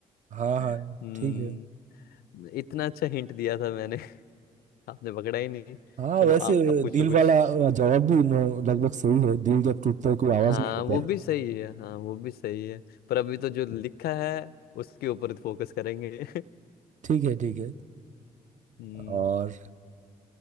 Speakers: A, on the right; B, on the left.
A: हाँ हाँ
B: हम्म
A: ठीक है
B: इतना अच्छा हिंट दिया था मैंने <laughs> आपने पकड़ा ही नहीं
A: हाँ
B: चलो
A: वैसे
B: आप, आप पूछो
A: दिल
B: कुछ
A: वाला जवाब भी म- लगभग सही है दिल जब टूटता है कोई आवाज
B: हाँ
A: नहीं होता
B: वो
A: है
B: भी सही है हाँ वो भी सही है पर अभी तो जो लिखा है उसके ऊपर फोकस करेंगे <laughs>
A: ठीक है ठीक है
B: हम्म
A: और